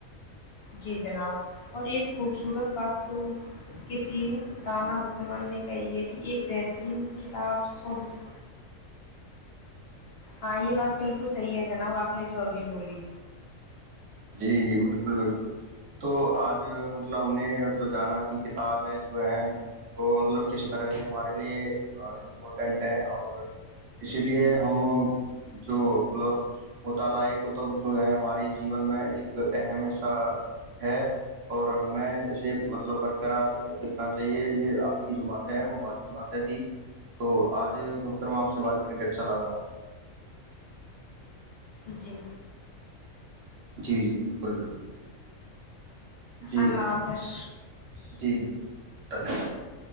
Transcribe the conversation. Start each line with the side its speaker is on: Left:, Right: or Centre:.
Left: جی جناب اور ایک خوبصورت بات تو کسی دانا اڈوان نے کہی ہے کہ ایک بت بہترین کتاب سو دوست ہاں یہ بات بالکل صحیح ہے جناب آپ نے جو ابھی بولی
Right: جی جی بالکل بالکل تو آج مطلب ہم نے مل جانا کہ کتابیں جو ہیں وہ مطلب کس طرح سے ہمارے لیے امپورٹنٹ ہیں اور اسی لیے ہم جو ملب مطالعے کتب جو ہے ہماری جی ج میں ایک اہم حصہ ہے اور ہمیں اسے مطلب برقرار رکھنا چاہیے یہ آپ کی جو باتیں ہے وہ باتیں تھی تو آج مترم آپ سے بات کر کے اچھا لگا
Left: جی
Right: جی جی بالکل بالکل جی
Left: اللہ حافظ
Right: جی جی بالکل دھنیہاد